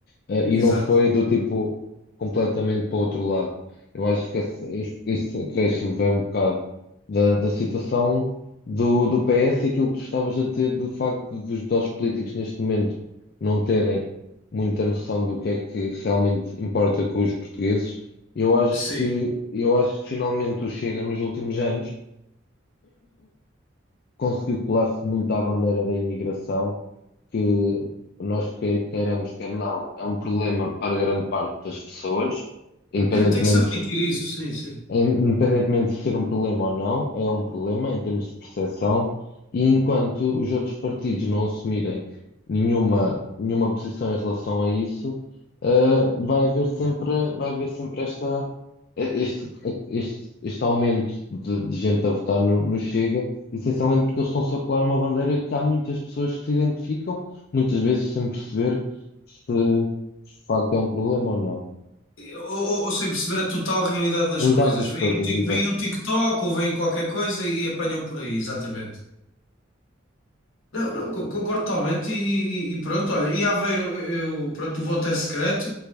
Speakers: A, on the left; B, on the left.
A: eh, e
B: exato.
A: não foi do tipo completamente para o outro lado. Eu acho que esse, este, este acréscimo vem um bocado da, da situação do, do PS e aquilo que tu estavas a dizer do facto dos, dos políticos neste momento não terem muita noção do que é que realmente importa com os portugueses. Eu acho
B: Sim.
A: que, eu acho que finalmente o Chega nos últimos anos conseguiu colar-se muito à bandeira da imigração, que nós que- queiramos, quer não, é um problema para grande parte das pessoas, independentemente
B: Sim, tem que se admitir isso, sim, sim.
A: é, independentemente de ser um problema ou não, é um problema em termos de percepção, e enquanto os outros partidos não assumirem nenhuma, nenhuma posição em relação a isso, eh, vai haver sempre, vai haver sempre esta, eh, este, eh, este, este aumento de, de gente a votar no, no Chega, essencialmente porque eles estão-se a colar uma bandeira que há muitas pessoas que se identificam, muitas vezes sem perceber se, se de facto é um problema ou não.
B: Ou, ou- ou sem perceber a total realidade das
A: Eh, lidar
B: coisas.
A: das
B: Vem
A: coisas,
B: um, Tik-
A: exato.
B: vem um TikTok ou vem qualquer coisa e, apanham por aí, exatamente. Não, não, co- concordo totalmente e, e- e pronto, olha, em Aveiro, eu, pronto, o voto é secreto,